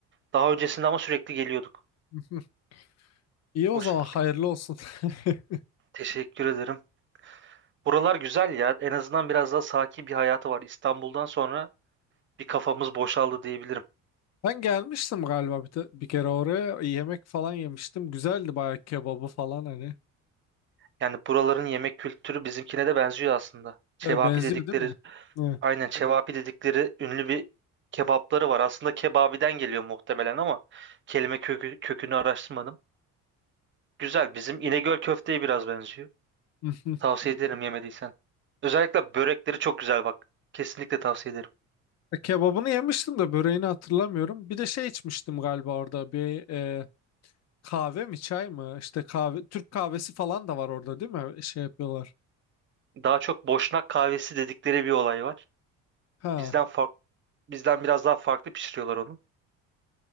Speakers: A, on the right; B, on the left.
A: Daha öncesinde ama sürekli geliyorduk.
B: <laughs> İyi o
A: O
B: zaman
A: şekilde.
B: hayırlı olsun. <laughs>
A: Teşekkür ederim. Buralar güzel ya. En azından biraz daha sakin bir hayatı var. İstanbul'dan sonra bir kafamız boşaldı diyebilirim.
B: Ben gelmiştim galiba bir, te- bir kere oraya. Yemek falan yemiştim. Güzeldi bayağı kebabı falan hani.
A: Yani buraların yemek kültürü bizimkine de benziyor aslında. Cevapi
B: E, Benziyor
A: dedikleri
B: değil mi? Hı.
A: Aynen Çevapi dedikleri ünlü bir kebapları var. Aslında kebabiden geliyor muhtemelen ama kelime kökü, kökünü araştırmadım. Güzel. Bizim İnegöl köfteye biraz benziyor.
B: <laughs>
A: Tavsiye ederim yemediysen. Özellikle börekleri çok güzel bak. Kesinlikle tavsiye ederim.
B: E, Kebabını yemiştim de böreğini hatırlamıyorum. Bir de şey içmiştim galiba orada bir e, kahve mi çay mı? İşte kahve Türk kahvesi falan da var orada değil mi? E, Şey yapıyorlar.
A: Daha çok boşnak kahvesi dedikleri bir olay var.
B: Ha,
A: Bizden farklı, bizden biraz daha farklı pişiriyorlar onu.